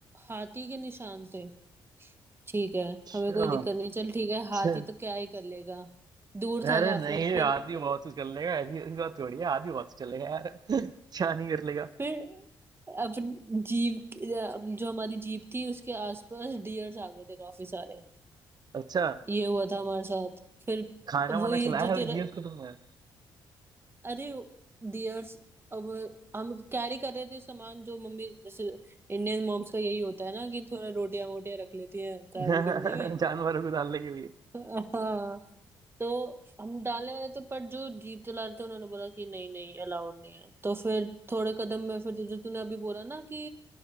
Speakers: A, on the right (about 25°); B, on the right (about 45°).
A: हाथी के निशान थे ठीक है
B: अच्छा
A: हमें कोई दिक्कत नहीं चल ठीक
B: अच्छा
A: है हाथी तो क्या ही कर लेगा दूर था
B: अरे
A: काफी
B: नहीं
A: फिर
B: आदमी बहुत कुछ कर लेगा ऐसी ऐसी बात थोड़ी है आदमी बहुत कुछ कर लेगा यार <laughs> क्या नहीं कर लेगा
A: फिर अपनी जीप जो हमारी जीप थी उसके आसपास डियर्स आ गए थे काफी सारे
B: <laughs> अच्छा
A: ये हुआ था हमारे साथ फिर
B: खाना
A: वही
B: वाना खिलाया
A: जो
B: है
A: तेरा
B: दिया उसको तुमने
A: अरे डियर्स अब हम कैरी कर रहे थे सामान जो मम्मी जैसे इंडियन मॉम्स का यही होता है ना कि थोड़ा रोटियां वोटियां रख लेती हैं ट्रैवल
B: <laughs> जानवरों
A: करने में
B: को डालने के लिए
A: हाँ तो हम डालने वाले थे पर जो जीप चला रहे थे उन्होंने बोला कि नहीं नहीं अलाउड नहीं है तो फिर थोड़े कदम में फिर जो तूने अभी बोला ना कि